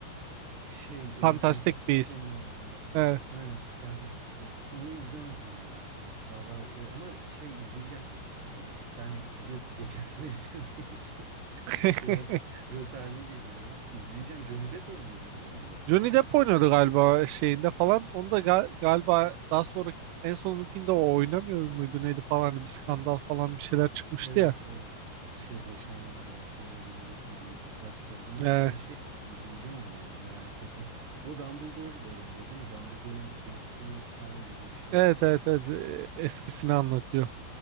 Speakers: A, on the right; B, on the right.
A: Şey,
B: Fantastic
A: e, Fantastik
B: Beasts.
A: Canavarlar.
B: Evet.
A: Aynen Fantastic Beasts. Onu izlemedim ya. Valla ama şey izleyeceğim. E, ben biliyorsun geçen sene <laughs> bitirdiğim için <laughs>
B: <laughs>
A: biraz rötarlı geliyorum. İzleyeceğim. Johnny Depp oynuyordu değil mi onda?
B: Johnny Depp oynuyordu galiba şeyinde falan. Onu da ga- galiba daha sonra en sonunkinde o oynamıyor muydu neydi falan hani bir skandal falan bir şeyler çıkmıştı
A: Evet
B: ya.
A: evet. Şey boşanma davasından Johnny Depp'in bir ufak problem oldu.
B: Ee,
A: Ben şey ama izleyeceğim onu ya merak ettim. O Dumbledore var onda değil mi? Dumbledore'un gençliği falan gibi bir şey
B: evet
A: herhalde.
B: evet evet Ee, eskisini anlatıyor.